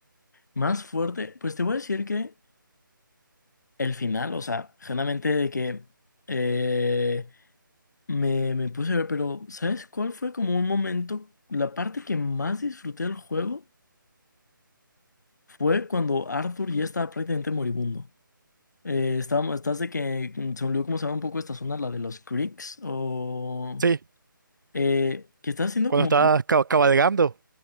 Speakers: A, on the left; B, on the right.
A: Más fuerte, pues te voy a decir que el final, o sea, generalmente de que... eh, Me, me puse a ver, pero ¿sabes cuál fue como un momento? La parte que más disfruté del juego fue cuando Arthur ya estaba prácticamente moribundo. Eh, estábamos, estás de que mm, se me olvidó cómo se llama un poco esta zona, la de los creeks, o
B: Sí,
A: eh, que estás haciendo
B: cuando
A: como
B: estabas ca- cabalgando.